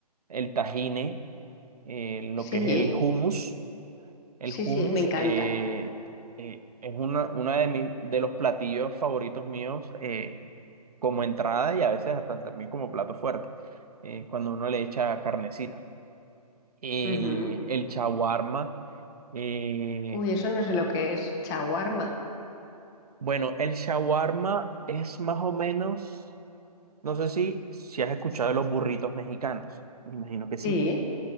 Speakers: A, on the right; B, on the left.
A: el tajine. eh, lo
B: Sí,
A: que es el hummus. El
B: sí,
A: hummus
B: sí, me encanta.
A: eh, eh, es una, una de mis, de los platillos favoritos míos eh, como entrada y a veces hasta también como plato fuerte, eh, cuando uno le echa carnecita. Eh,
B: Ujú.
A: el shawarma. eh,
B: Uy, eso no sé lo que es. Chaguarma.
A: bueno, el shawarma es más o menos, no sé si, si has escuchado de los burritos mexicanos. Me imagino que
B: Sí,
A: sí.